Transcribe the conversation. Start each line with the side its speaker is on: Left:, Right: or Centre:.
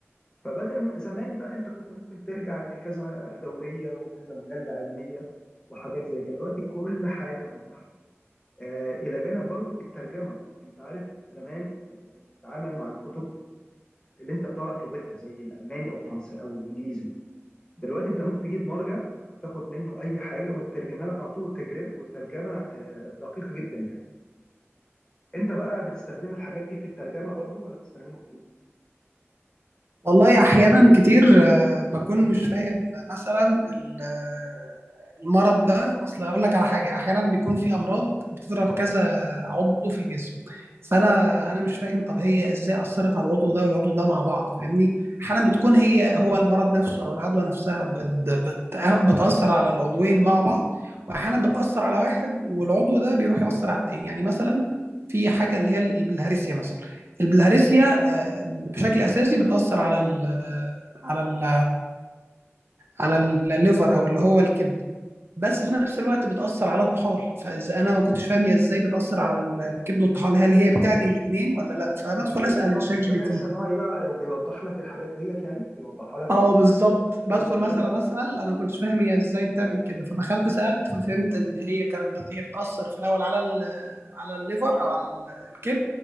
Left: فبدل ما- زمان بقى انت كنت ممكن ترجع لكذا دوريه وكذا مجله علميه وحاجات زي كده دلوقتي كل حاجه متاحه آه، الى جانب برضو الترجمه انت عارف زمان انت كنت بتتعامل مع الكتب اللي انت بتعرف لغتها زي الالماني او الفرنسي او الانجليزي دلوقتي انت ممكن تجيب مرجع وتاخد منه اي حاجه وتترجمها لك على طول تجربه وترجمه آه، دقيقه جدا يعني انت بقى بتستخدم الحاجات دي في الترجمه برضو ولا بتستخدمه في ايه
Right: والله احيانا كتير آه، بكون مش فاهم مثلا ال- آه، المرض ده اصل اقول لك على حاجه احيانا بيكون في امراض بتضرب كذا عضو في الجسم فانا انا مش فاهم طب هي ازاي اثرت على العضو ده والعضو ده مع بعض فاهمني احيانا بتكون هي هو المرض نفسه او العدوى نفسها بت بت بتاثر على العضوين مع بعض واحيانا بتاثر على واحد والعضو ده بيروح ياثر على التاني يعني مثلا في حاجه اللي هي البلهارسيا مثلا البلهارسيا بشكل اساسي بتاثر على ال على ال على ال على الليفر او اللي هو الكبد بس في نفس الوقت بتاثر على الطحال فاذا انا ما كنتش فاهم هي ازاي بتاثر على الكبد والطحال هل هي بتعدي الاثنين ولا لا فبدخل
Left: الذكاء
Right: اسال
Left: الصناعي
Right: شات
Left: الذكاء
Right: جي بي تي
Left: الصناعي بقى بيوضح لك الحاجات ديت يعني بيوضحها لك
Right: اه
Left: يعني
Right: بالظبط بدخل
Left: بيشيل
Right: مثلا
Left: لك اللخبطه
Right: اسال
Left: يعني.
Right: انا ما كنتش فاهم هي ازاي بتعمل كده فدخلت سالت ففهمت ان هي كانت بت... هي بتاثر في الاول على ال... على الليفر او على ال- الكبد